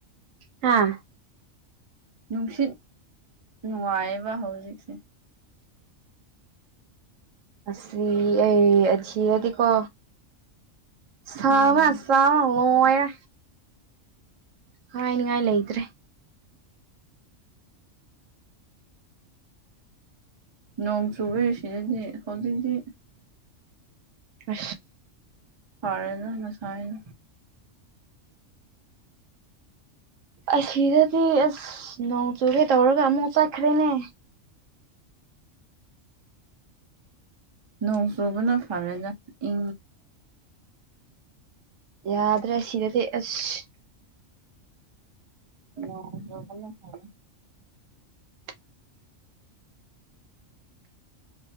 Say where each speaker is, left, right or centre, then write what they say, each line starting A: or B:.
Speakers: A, on the right; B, on the right.
A: ꯍꯥꯥ
B: ꯅꯨꯡꯁꯤꯠ ꯅꯨꯡꯉꯥꯏꯕ ꯍꯧꯖꯤꯛꯁꯦ
A: ꯑꯁꯤꯁꯤ ꯑꯩꯖꯤꯔꯗꯤꯀꯣ ꯆꯕ
B: ꯎꯝ
A: ꯆꯕ ꯃꯔ ꯍꯅꯤ ꯉꯥꯏꯂꯗ꯭ꯔꯦ
B: ꯅꯣꯡꯣꯡꯁꯨꯨꯕꯦ ꯁꯤꯗꯗꯤ ꯍꯗꯗꯤ
A: ꯑ
B: ꯐꯔꯦꯅ ꯃꯁꯥꯏꯜ
A: ꯑꯁꯤꯔꯗꯤ ꯑꯁ ꯅꯣꯡ ꯆꯧꯈꯦ ꯇꯧꯔꯒ ꯃꯨ ꯆꯥ ꯈꯔꯦꯅꯦ
B: ꯅꯣꯡꯁꯨꯕꯅ ꯐꯔꯦꯗ ꯏ
A: ꯌꯥꯗ꯭ꯔꯦ ꯁꯤꯗꯗꯤ ꯑꯁ
B: ꯑꯣꯅ ꯐꯦ
A: <unintelligible>